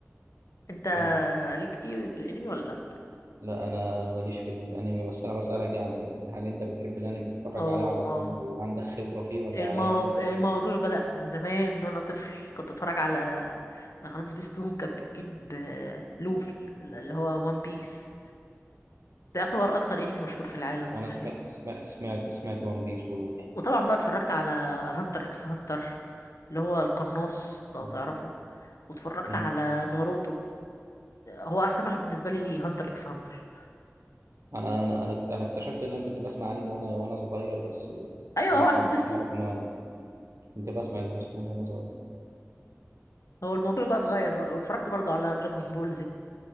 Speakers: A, on the left (about 85°); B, on the right (about 75°).
A: انت
B: حلو
A: ليك فيه في الانمي ولا لا
B: لا انا ماليش في الانمي بس انا بسألك يعني هل انت بتحب الانمي بتتفرج
A: اه
B: عليه على
A: اه
B: طول وعندك خبرة فيه ولا
A: الموض...
B: على قد مثلا
A: الموضوع بدأ من زمان من وانا طفل كنت اتفرج على على قناة سبيستون كانت بتجيب آه، لوفي اللي هو وان بيس ده يعتبر اكتر انمي مشهور في العالم
B: انا
A: حاليا
B: سمعت سمعت سمعت, سمعت وان بيس ولوفي
A: وطبعا بقى اتفرجت على هانتر اكس هانتر اللي هو القناص لو
B: مم.
A: تعرفه واتفرجت
B: مم.
A: على ناروتو هو احسن واحد بالنسبة لي هانتر اكس هانتر
B: انا انا انا انا اكتشفت ان انا كنت بسمع انمي وانا وانا صغير بس
A: ايوه
B: بس
A: هو على
B: ما
A: سبيستون
B: كنتش عارف انه انا كنت بسمع سبيستون وانا صغير
A: هو الموضوع بقى اتغير بقى واتفرجت برضه على دراجون بول زد